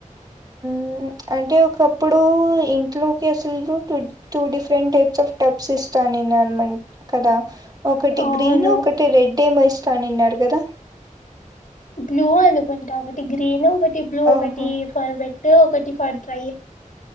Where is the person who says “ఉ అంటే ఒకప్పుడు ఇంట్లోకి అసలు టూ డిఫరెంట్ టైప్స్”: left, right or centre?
Right